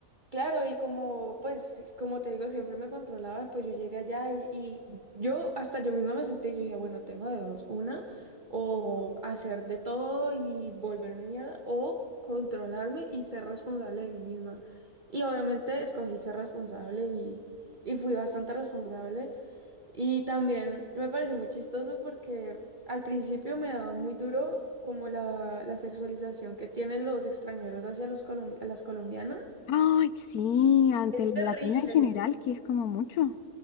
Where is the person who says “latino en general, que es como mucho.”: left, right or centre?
Left